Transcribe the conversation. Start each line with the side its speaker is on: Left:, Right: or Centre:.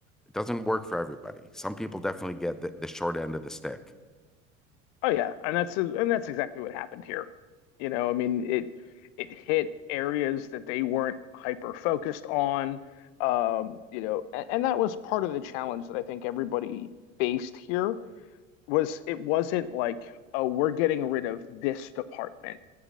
Centre: It doesn't work for everybody. Some people definitely get the, the short end of the stick.
Left: Oh yeah, and that's and that's exactly what happened here. You know, I mean it it hit areas that they weren't hyper focused on. Um, you know, and, and that was part of the challenge that I think everybody faced here was it wasn't like, oh, we're getting rid of this department.